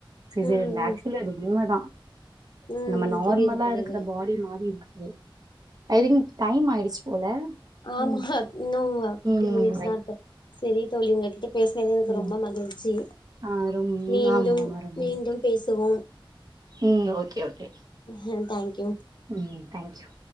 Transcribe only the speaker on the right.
சிசேரியன்
ஆக்சுவலி
அது உண்மைதா
நம்ம நார்மலா
இருக்கிற பாடி மாரி இருக்காது ஐதிங்க் டைம் ஆயிடுச்சு போல
ம்
ம்
பை.
ம்
ஆ ரொம்
ஆமா ஆமா ரொம்ப
நன்
ம் ஓகே ஓகே
ம் தேங்க் யூ